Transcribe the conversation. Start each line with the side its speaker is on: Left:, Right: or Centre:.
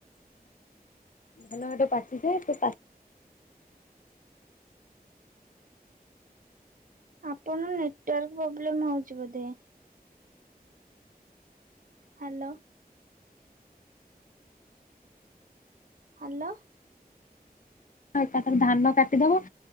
Left: ଧାନ ହେଠୁ ପା ପଚି ଯାଏ ସେ ପା
Right: ଆପଣ ନେଟୱାର୍କ ପ୍ରୋବ୍ଲେମ ହଉଚି ବୋଧେ। ହାଲୋ। ହାଲୋ।
Left: ହଁ ତାପରେ ଧାନ କାଟିଦବ।